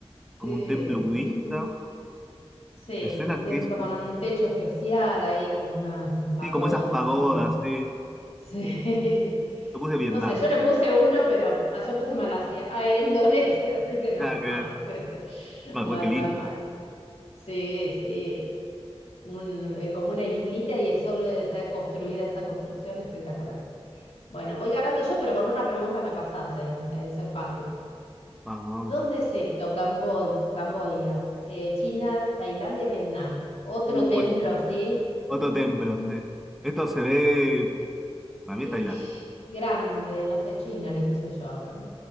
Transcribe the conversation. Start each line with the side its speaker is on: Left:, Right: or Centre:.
Centre: como
Left: sí,
Centre: un templo budista.
Left: mm, sí,
Centre: Me suena
Left: un
Centre: que
Left: templo
Centre: es un...
Left: con un techo especial ahí, como una pagoda,
Centre: Sí, como esas
Left: no
Centre: pagodas,
Left: sé cómo les
Centre: sí.
Left: Sí. <laughs>
Centre: Yo puse Vietnam.
Left: No sé, yo le puse uno, pero ah, yo puse Malasia. Ah, era Indonesia, <laughs> así que no,
Centre: Nada
Left: mal.
Centre: que ver.
Left: <laughs>
Centre: Ah,
Left: Mal,
Centre: igual que lindo,
Left: mal, mal.
Centre: ¿eh?
Left: Sí, sí. Un, eh, como una islita y es solo está construida esa construcción espectacular. Bueno, voy ganando yo, pero con una pregunta me pasaste. Eso es fácil.
Centre: Vamos, vamos.
Left: ¿Dónde es esto? Cambo- Camboya, eh, China, Tailandia, Vietnam. Otro
Centre: Uh,
Left: templo
Centre: eh,
Left: así.
Centre: otro
Left: Mm,
Centre: templo, sí. Esto se ve... Para
Left: y
Centre: mí es Tailandia.
Left: grande, no sé, China le puse yo, a ver.